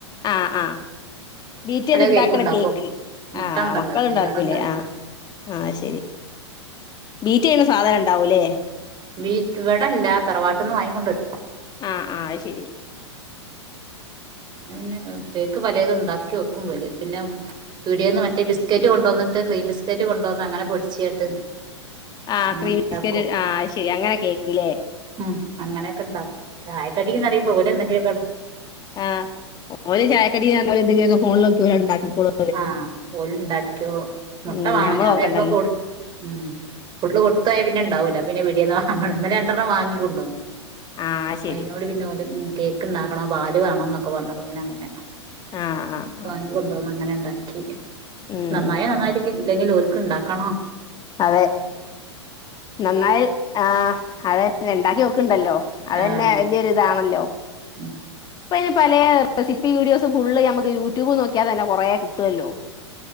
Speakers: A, on the left; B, on the right.
A: ആഹ് ആഹ് ബീറ്റയ്ത് ഇണ്ടാക്കണ
B: കേക്കും ഉണ്ടാക്കും
A: കേക്ക്
B: മുട്ട
A: ആഹ്
B: ഉണ്ടല്ലോ
A: മക്കൾ ഇണ്ടാക്കൂല്ലേ
B: അതിനോടങ്ങനെ
A: ആഹ് ആഹ് ശരി ബീറ്റ് ചെയ്യുന്ന സാധനം ഉണ്ടാവൂല്ലേ
B: വീ വിടല്ല തറവാട്ട്ന്ന് വാങ്ങിക്കൊണ്ട വരും
A: ആഹ ആഹ അയ് ശരി
B: അങ്ങെ പിന്നെ പേക്ക് പലതും ഉണ്ടാക്കി വക്കും പോല് പിന്നെ വീടി നിന്ന് മറ്റേ ബിസ്ക്കറ്റ് കൊണ്ടുവന്നിട്ട് ക്രീം ബിസ്റ്റ് കൊണ്ടുവന്ന് അങ്ങനെ പൊടിച്ചിട്ട്
A: ആഹ
B: അങ്ങനെ
A: ക്രീം
B: ഉണ്ടാക്കും
A: ബിസ്ക്കറ്റ് ആഹ ശെരി അങ്ങനെ കേക്കല്ലേ
B: ഉം അങ്ങനെയൊക്കെ ഉണ്ടാക്കും ചായക്കടന്ന്റിയുമ്പോ പോലെ എന്തങ്കിലൊക്ക
A: ആഹ ഓര് ചായക്കടി എന്തെങ്കിലുംക്ക ഫോണിൽ നോക്കി പോ ഉണ്ടാക്കിക്കോളും
B: ആഹ് ഒല ഉണ്ടാക്കിയോളൂ മുട്ട
A: ഉം
B: വേണോ
A: ഞമ്മള്
B: ഞാൻ
A: നോക്കണ്ടല്ലോ
B: ചിലപ്പോടു ഉം ഫുള് കൊടുത്തായൽ പിന്നെ ഉണ്ടാവൂല്ല പിന്നെ പീടിന്ന് വാങ്ങണം ഇന്നലെണ്ടെണ്ണം വാങ്ങിക്കൊണ്ടോന്ന്
A: ആഹ് ശരി
B: അതിനോട് പിന്നെ ഒരു കേക്ക് ഇണ്ടാക്കണോ പാല് വേണോ എന്നൊക്കെ പറഞ്ഞപ്പോ പിന്നെ അങ്ങനെ
A: ആഹ് ആഹ് ആഹ്
B: വങ്ങ കൊണ്ട പോന്ന് അങ്ങനെ ഉണ്ടാക്കി
A: ഉം
B: നന്നായി
A: ഉം
B: നന്നായി <unintelligible> അല്ലെങ്കിലിൽ ഓക്ക് ഉണ്ടാക്കണോ
A: അതെ നന്നായി ആഹ അതന്നെ ഉണ്ടാക്കി നോക്കണ്ടല്ലോ അതന്നെ
B: ആഹ്
A: വലിയൊരി ഇതാണല്ലോ
B: ഉം
A: ഇപ്പ ഇനി പല റെസിപ്പി വീഡിയോസ ഫുള് നമുക്ക് യൂട്യൂബ് നോക്കിയൽന്നെറേ കിട്ടുമല്ലോ